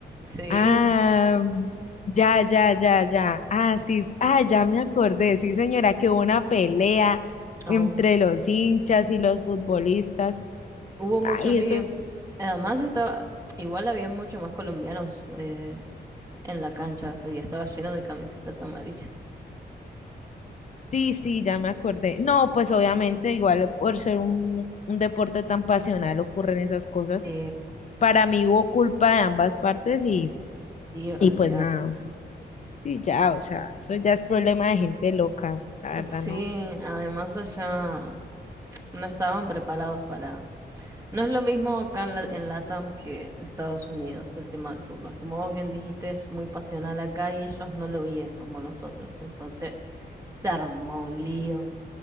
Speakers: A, on the right; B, on the left.
A: Sí.
B: Ah, ya, ya, ya, ya. Ah, sí, sí. ah, ya me acordé. Sí, señora, que hubo una pelea
A: Oh.
B: entre los hinchas y los futbolistas.
A: Hubo
B: Ay,
A: mucho lío.
B: eso es.
A: Además estaba, igual había mucho más colombianos eh, en la cancha, o sea, ya estaba lleno de camisetas amarillas.
B: Sí, sí, ya me acordé. No, pues obviamente, igual por ser un, un deporte tan pasional ocurren esas cosas.
A: Sí,
B: Para mí hubo culpa de ambas partes y,
A: sí, olvídate.
B: y pues nada. Sí, ya, o sea, eso ya es problema de gente loca, la verdad,
A: Sí,
B: no.
A: además allá no estaban preparados para... No es lo mismo acá en, la- en LATAM que en Estados Unidos el tema del fútbol. Como vos bien dijiste, es muy pasional acá y ellos no lo viven como nosotros. Entonces se armó un lío